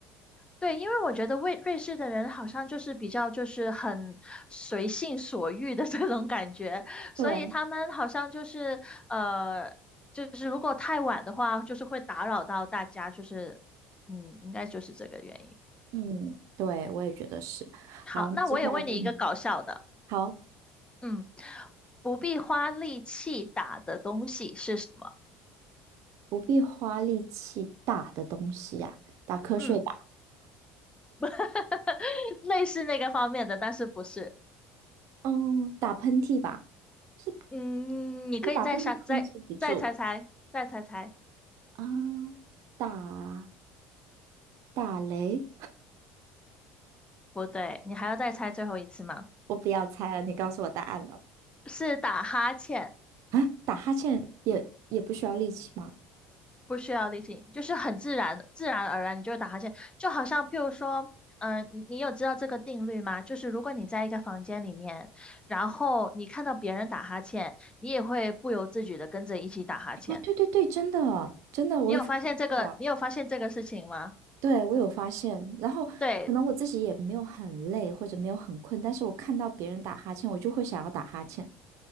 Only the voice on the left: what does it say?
对，因为我觉得瑞瑞士的人好像就是比较就是很随性所欲的 <laughs> 这种感觉，所以他们好像就是呃，
就是如果太晚的话，就是会打扰到大家，就是嗯，应该就是这个原因。
好，
那我也问你一个搞笑的，
嗯，不必花力气打的东西是什么？
嗯，<laughs> 类似那个方面的，但是不是。
嗯，你可以再猜，
再再猜猜，再猜猜，
不对，你还要再猜最后一次吗？
是打哈欠，
不需要力气，就是很自然，自然而然你就会打哈欠，就好像譬如说，嗯、你你有知道这个定律吗？就是如果你在一个房间里面，然后你看到别人打哈欠，你也会不由自主的跟着一起打哈欠。
你有发现这个？你有发现这个事情吗？
对，